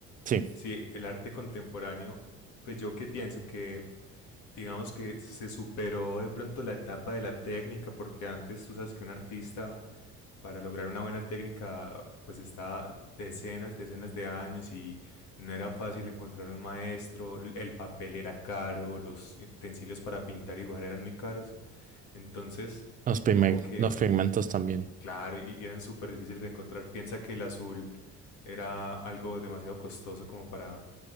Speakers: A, on the right (about 25°); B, on the left (about 70°).
A: Sí,
B: Sí, el arte contemporáneo, pues yo que pienso que, digamos que se superó de pronto la etapa de la técnica, porque antes tú sabes que un artista para lograr una buena técnica, pues está decenas, decenas de años y no era fácil encontrar un maestro, l- el papel era caro, los utensilios para pintar y dibujar eran muy caros, entonces
A: los pigmen-
B: como que,
A: los pigmentos también.
B: claro, y y eran súper difíciles de encontrar. Piensa que el azul era algo demasiado costoso como para,